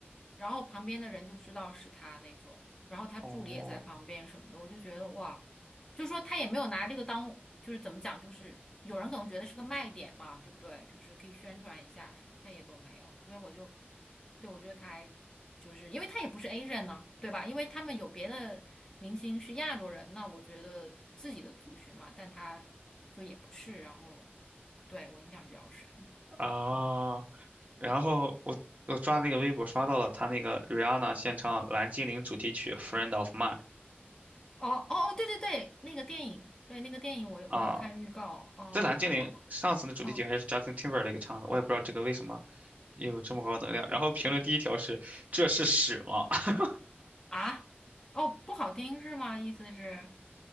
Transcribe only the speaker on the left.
然后旁边的人就知道是他那种，然后他助理也在旁边什么的，
我就觉得哇。就是说他也没有拿这个当，就是怎么讲，就是有人可能觉得是个卖点嘛，对不对？就是可以宣传一下什么，他也都没有，所以我就，对，我觉得他还就是因为他也不是 Asian 呢，对吧？因为他们有别的明星是亚洲人，那我觉得自己的族群嘛，但他就也不是，然后对我印象比较深，
嗯，
哦哦哦，对对对，那个电影，对那个电影我我有看预告，
哦哦
哦
啊。哦，不好听是吗？意思是，